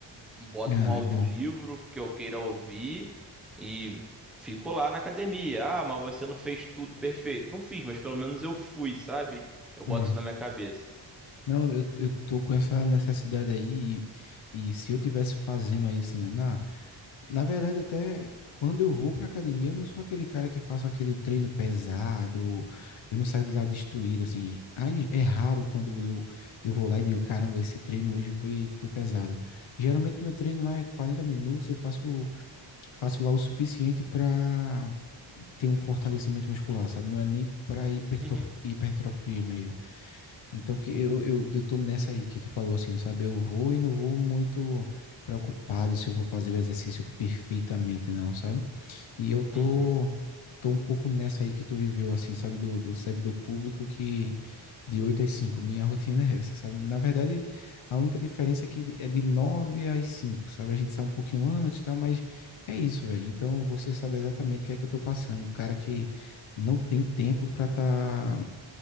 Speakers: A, in the centre; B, on the left.
A: Boto
B: Ah,
A: um audiolivro
B: é bom.
A: que eu queira ouvir e fico lá na academia. Ah, mas você não fez tudo perfeito. Não fiz, mas pelo menos eu fui, sabe? Eu boto
B: É.
A: isso na minha cabeça.
B: Não, eu, eu tô com essa necessidade aí e, e se eu tivesse fazendo aí assim, né, na, na verdade até quando eu vou pra academia, eu não sou aquele cara que faço aquele treino pesado, eu não saio de lá destruído, assim. Aí é raro quando eu, eu vou lá e digo, caramba, esse treino hoje foi, foi pesado. Geralmente meu treino lá é 40 minutos, eu faço, faço lá o suficiente pra ter um fortalecimento muscular, sabe? Não é nem pra hipertrof-
A: Uhum,
B: hipertrofia mesmo. Então que eu, eu, eu tô nessa aí que tu falou assim, sabe? Eu vou e não vou muito preocupado se eu vou fazer o exercício perfeitamente, não, sabe? E eu tô,
A: uhum,
B: tô um pouco nessa aí que tu viveu, assim, sabe? Do, do servidor público que de 8 às 5 minha <laughs> rotina é essa, sabe? Na verdade, a única diferença é que é de nove às cinco sabe? A gente sai um pouquinho antes e tal, mas é isso, velho. Então você sabe exatamente o que é que eu tô passando. O cara que não tem tempo para estar